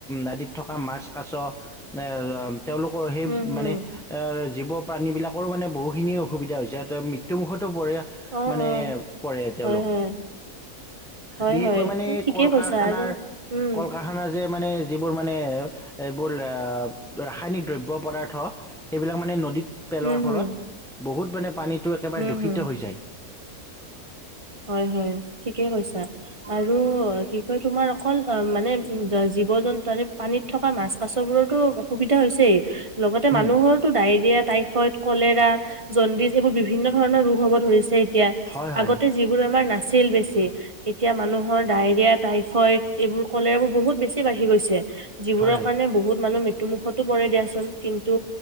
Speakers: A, in the centre; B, on the right.
A: নদীত থকা মাছ কাছ নে তেওঁলোকৰ সেই
B: উম, হুম।
A: মানে এ জীৱ প্ৰাণীবিলাকৰো মানে বহুখিনি অসুবিধা হৈছে সিঁহতে মৃত্যুমুখত পৰে
B: অ', অ',
A: মানে পৰে তেওঁলোক।
B: হয়, হয়, হয়,
A: বিশেষকৈ
B: হয়,
A: মানে
B: তুমি ঠিকেই
A: কল-কাৰখানাৰ
B: কৈছা আৰু উম,
A: কল-কাৰখানাৰ যে <unintelligible> মানে যিবোৰ মানে এইবোৰ ৰাসায়নিক দ্ৰব্য, পদাৰ্থ সেইবিলাক মানে নদীত <unintelligible> পেলোৱাৰ
B: হম, হম,
A: ফলত বহুত মানে পানী টো একেবাৰে
B: হম,
A: দূষিত
B: হম।
A: হৈ যায়।
B: হয় হয় ঠিকেই কৈছা। আৰু কি কয় তোমাৰ অকল অ মানে উ জীৱ-জন্তু তাৰে পানীত থকা মাছ, কাছবোৰৰটো অসুবিধা হৈছেই, <unintelligible> লগতে
A: উম,
B: মানুহৰটো ডায়েৰিয়া টাইফইড, কলেৰা, জণ্ডিচ এইবোৰ বিভিন্ন ধৰণৰ ৰোগ হ'ব ধৰিছে। <unintelligible> এতিয়া
A: হয় হয়
B: আগত বেমাৰ নাছিল বেছি, এতিয়া মানুহৰ ডায়েৰিয়া, টাইফইড এইবোৰ কলেৰাবোৰ বহুত বেছি বাঢ়ি গৈছে। <unintelligible> যিবোৰৰ
A: হয় হয়
B: কাৰণে বহুত মানুহ মৃ ত্যু মুুখতো পৰে দিয়াচোন, কিন্তু